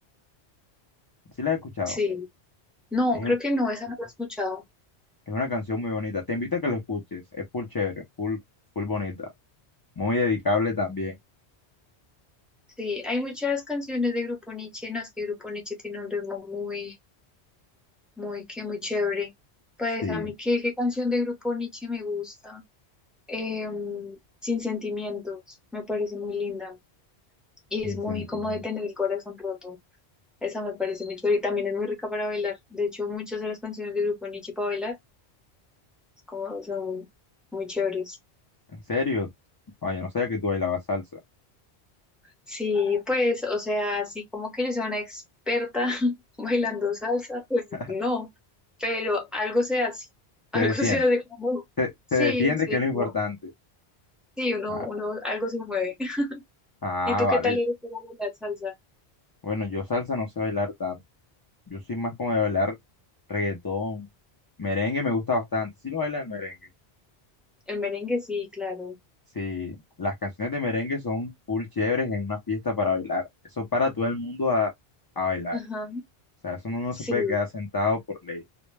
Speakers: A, on the left (about 30°); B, in the centre.
A: ¿Sí la has escuchado?
B: sí, no,
A: Es
B: creo que no, esa no la he escuchado.
A: Es una canción muy bonita. Te invito a que la escuches. Es full chévere, full, full bonita. Muy dedicable también.
B: Sí, hay muchas canciones de Grupo Nietzsche, no es que Grupo Nietzsche tiene un ritmo muy, muy, que muy chévere. Pues
A: Sí,
B: a mí, ¿qué, qué canción de Grupo Nietzsche me gusta? Em, Sin Sentimientos, me parece muy linda y
A: sin
B: es muy
A: sentido.
B: como de tener el corazón roto. Esa me parece muy chévere y también es muy rica para bailar. De hecho, muchas de las canciones de Grupo Nietzsche para bailar es como son muy chéveres.
A: ¿En serio? Oye, no sabía que tú bailabas salsa.
B: Sí, pues, o sea, así como que yo sea una experta <laughs> bailando salsa, pues
A: <laughs>
B: no, pero algo se hace, <laughs>
A: Te
B: algo
A: defiende.
B: se hace como,
A: Te,
B: sí,
A: te defiende,
B: sí,
A: que es lo importante.
B: no, sí, uno,
A: Ah,
B: uno, algo se mueve. <laughs>
A: ah,
B: ¿Y tú
A: vale.
B: qué tal eres para bailar salsa?
A: Bueno, yo salsa no sé bailar tanto. Yo soy más como de bailar reggaetón. Merengue me gusta bastante. Sí lo baila el merengue.
B: El merengue, sí, claro.
A: Sí, las canciones de merengue son full chéveres en una fiesta para bailar. Eso para todo el mundo a, a bailar.
B: Ajá,
A: O sea, eso no, no
B: sí,
A: se puede quedar sentado por ley.